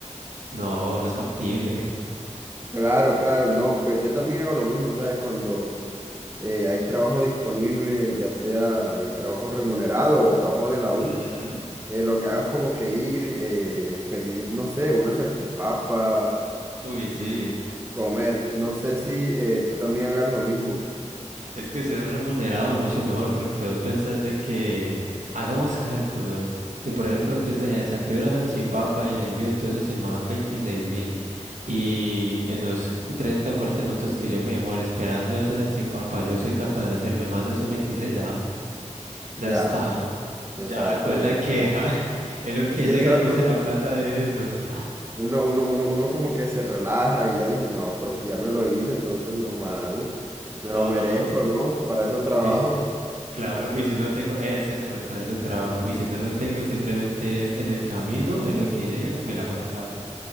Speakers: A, on the right; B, on the right.
A: no, no es factible.
B: Claro, claro, no, pues yo también hago lo mismo, ¿sabes? Cuando eh, hay trabajo disponible, ya sea eh, trabajo remunerado o trabajo de la U.
A: <laughs>
B: Eh, lo que hago es como que ir, eh, pedir, no sé, una salchipapa
A: Uy, sí,
B: y comer. No sé si eh, tú también hagas lo mismo.
A: es que ser remunerado mucho mejor porque vos pensás de que hagamos cálculos. Si por ejemplo que se sa- pidió la salchipapa y el envío y todo eso se me dan 26 mil y en los cu- 30, 40 minutos que yo me demore esperando esa salchipapa yo soy capaz de hacerme más de esos 26 ya,
B: Ya,
A: ya está,
B: eh,
A: ya
B: exacto,
A: cuál
B: ya
A: es la
B: está.
A: queja, <laughs> en lo que
B: Sí,
A: llega
B: exacto.
A: ya me hice la plata de eso. <laughs>
B: Uno, uno, uno, uno como que se relaja y ya dice, no, pero si ya me lo hice, entonces normal. Me
A: Ajá.
B: lo merezco, ¿no? Para eso trabajo.
A: Y, Claro, y si no tengo ese mismo para ese trabajo, y si no lo tengo, simplemente es en el camino, en lo que llega, me la hago la plata.